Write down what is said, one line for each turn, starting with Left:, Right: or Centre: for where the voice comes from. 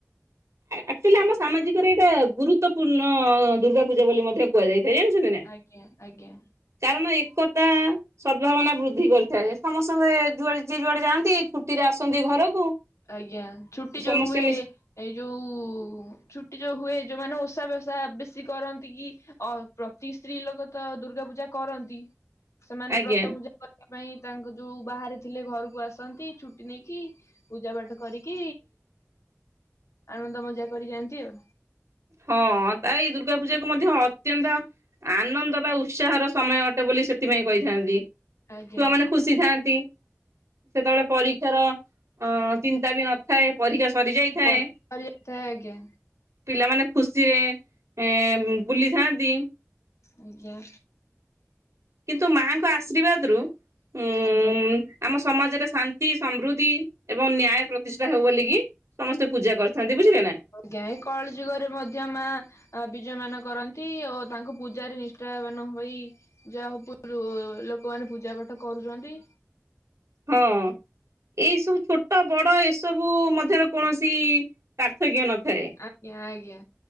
Right: ଆଚୁଆଲି ଆମ ସାମାଜିକରେ ଏଇଟା ଗୁରୁତ୍ୱପୂର୍ଣ୍ଣ ଦୁର୍ଗା ପୂଜା ବୋଲି ମଧ୍ୟ କୁହାଯାଇଥାଏ
Left: ଆଜ୍ଞା
Right: ଜାଣିଛନ୍ତି ନା।
Left: ଆଜ୍ଞା ଆଜ୍ଞା
Right: କାରଣ ଏକତା ସଦ୍ଭାବନା ବୃଦ୍ଧି କରିଥାଏ ସମସ୍ତଙ୍କେ ଯୁଆଡେ ଯିଏ ଯୁଆଡେ ଯାଆନ୍ତି ଛୁଟିରେ ଆସନ୍ତି ଘରକୁ।
Left: ଆଜ୍ଞା ଛୁଟି ଯୋଉ
Right: ସମସ୍ତେ
Left: ହୁଏ
Right: ମିଶି
Left: ଏଇ ଯୋଉ ଛୁଟି ଯୋଉ ହୁଏ ଯୋଉ ମାନେ ଓଷା ବ୍ୟସା ବେଶୀ କରନ୍ତି କି? ଅ ପ୍ରତି ସ୍ତ୍ରୀ ଲୋକ ତ ଦୁର୍ଗା ପୂଜା କରନ୍ତି ସେମାନେ
Right: ଆଜ୍ଞା
Left: ବ୍ରତ ପୂଜା ତା ପାଇଁ ତାଙ୍କ ଯୋଉ ବାହାରେ ଥିଲେ ଘରକୁ ଆସନ୍ତି ଛୁଟି ନେଇକି। ପୂଜା ପାଠ କରିକି ଆନନ୍ଦ ମଜା କରି ଯାଆନ୍ତି ଆଉ।
Right: ହଁ ତ ଏଇ ଦୁର୍ଗା ପୂଜା କୁ ମଧ୍ୟ ଅତ୍ୟନ୍ତ ଆନନ୍ଦ ବା ଉତ୍ସାହର ସମୟ ଅଟେ ବୋଲି ସେଥିପାଇଁ କହିଥାନ୍ତି
Left: ଆଜ୍ଞା।
Right: ଛୁଆମାନେ। ଖୁସି ଥାଆନ୍ତି ସେତେବେଳେ ପରୀକ୍ଷାର ଚିନ୍ତା ବି ନଥାଏ ପରୀକ୍ଷା ସରି ଯାଇଥାଏ
Left: ପରି ଯାଇଥାଏ ଆଜ୍ଞା
Right: ପିଲାମାନେ ଖୁସିରେ ଏ ବୁଲିଥାନ୍ତି।
Left: ଆଜ୍ଞା।
Right: କିନ୍ତୁ ମାଙ୍କ ଆଶୀର୍ବାଦ ରୁ ଉ
Left: ଆଜ୍ଞା।
Right: ଆମ ସମାଜରେ ଶାନ୍ତି ସମୃଦ୍ଧି ଏବଂ ନ୍ୟାୟ ପ୍ରତିଷ୍ଠା ହଉ ବୋଲିକି। ସମସ୍ତେ ପୂଜା କରିଥାନ୍ତି ବୁଝିଲେ ନାଁ?
Left: କେଉ କଳି ଯୁଗରେ ମଧ୍ୟ ମା। ଅ ବିଜୟ ମାନ କରନ୍ତି ଓ ତାଙ୍କୁ ପୂଜାରେ ରିଷ୍ଠାୟମାନ ହୋଇ। ଯାହାକୁ ଲୋକମାନେ ପୂଜା ପାଠ କରୁଛନ୍ତି।
Right: ହଁ ଏଇ ସବୁ ଛୋଟ ବଡ ଏସବୁ ମଧ୍ୟରେ କୌଣସି ପାର୍ଥକ୍ୟ ନଥାଏ।
Left: ଆଜ୍ଞା ଆଜ୍ଞା